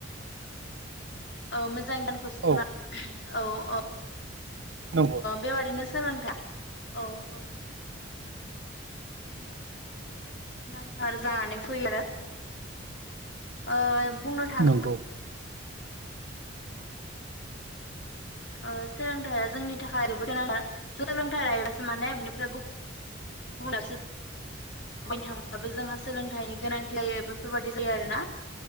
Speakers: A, on the left (about 60°); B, on the right (about 70°).
A: औ मोज।
B: औ
A: <unintelligible> औ-औ
B: नंगौ
A: बेबादिनो सोलोंथाइ। औ-औ बेबादिनो सोरबाया जोंनिथिंआव जोबोद। गोनांथार जानानै फैयो आरो ओ। बुंनो थां
B: नंगौ।
A: ओ सोलोंथायाइआ जोंनि थाखाय जोबोद गोनां सोलोंथाइ लायोब्लासो माने। <unintelligible> गुबुनासो। दावबायनो थांबाबो जोंहा सोलोंथाइनि गोनांथि जायो बेफोरबायदि जायो आरोना।